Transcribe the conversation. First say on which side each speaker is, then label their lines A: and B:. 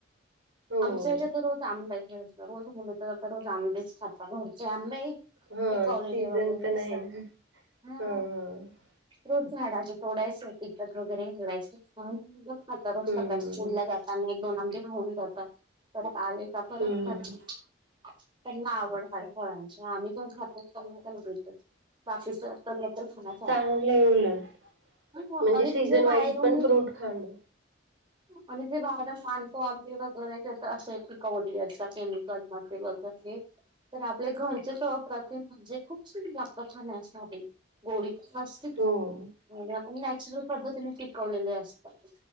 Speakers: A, on the right; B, on the right.
A: हो
B: आमच्याच्या तर रोज आंब्याच रोज मुली तर तर रोज आमबस छपा घरचे आंब
A: हा
B: टिकवलेले
A: सीझन
B: वगैरे
A: पण
B: असा
A: आहे ना
B: हा
A: ह ह हम्म
B: रोज झाडाच्या तोडायच टिकट वगैरे घडयच आता रोज
A: हम्म
B: सकाळी स्कूल
A: हम्म
B: ला जात त्यांना एक दोन आमदन होऊन जातात परत आले का परत
A: हम्म
B: खात
A: हम्म
B: त्यांना आवड हय फळांची आम्ही पण खातोना पण भो बाकीच पंगत फला का
A: चांगलं आहे उलट
B: ह
A: म्हणजे
B: आणिे
A: सीझन वाईज
B: बायरन
A: पण फ्रूट खाणं.
B: आणि जे बाहेरात मानतो आमबही वगैरे ते तर असं टिकवली याचा केम ल म वगैरे तर आपल्या घरचे ात म्हणजे खूप सार लाकखा्या असणार गोडी पण असतील
A: हो.
B: म्हणज आपण नॅचरल पद्धतीने पिकवलेले असतात